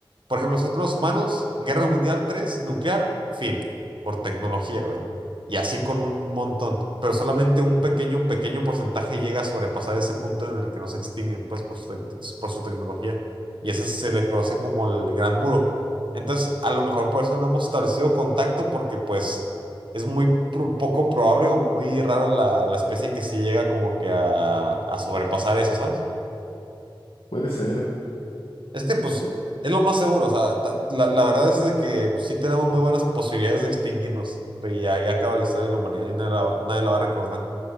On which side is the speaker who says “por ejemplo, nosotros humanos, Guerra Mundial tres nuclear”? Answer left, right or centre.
Right